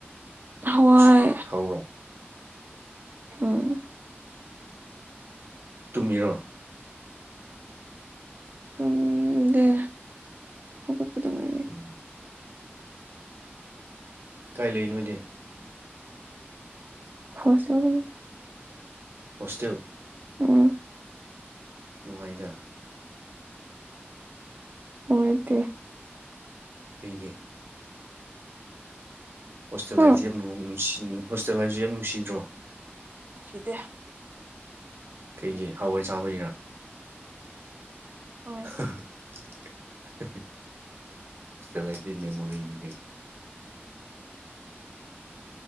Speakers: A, on the right; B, on the right.
A: ꯍꯋꯥꯏ
B: ꯑꯁ, ꯍꯧꯔꯣ
A: ꯎꯝ
B: ꯇꯨꯝꯃꯤꯔꯣ
A: ꯇꯨꯝꯗꯦ ꯍꯧꯒꯠꯄꯗ ꯉꯥꯏꯔꯤ
B: ꯎꯝ꯫ ꯀꯥꯏ ꯂꯩ ꯅꯣꯏꯗꯤ
A: ꯐꯁꯦꯜ꯫
B: ꯍꯣꯁꯇꯦꯜ꯫
A: ꯎꯝ꯫
B: ꯅꯨꯡꯉꯥꯏꯗ꯫
A: ꯅꯨꯉꯥꯏꯇꯦ꯫
B: ꯀꯩꯒꯤ꯫ ꯍꯣꯁꯇꯦꯜ
A: ꯍꯨꯝ
B: ꯂꯥꯏꯐꯇꯤ ꯌꯥꯝ ꯅꯨꯡ ꯍꯣꯁꯇꯦꯜ ꯂꯥꯏꯐꯁꯨ ꯌꯥꯝ ꯅꯨꯡꯁꯤꯗ꯭ꯔꯣ꯫
A: ꯅꯨꯡꯁꯤꯗꯦ
B: ꯀꯩꯒꯤ ꯍꯋꯥꯏ ꯆꯥꯕꯒꯤꯔ
A: ꯍꯣꯏ
B: <unintelligible> ꯗꯤ ꯃꯦꯃꯣꯔꯤꯅꯤ ꯀꯩꯅꯣ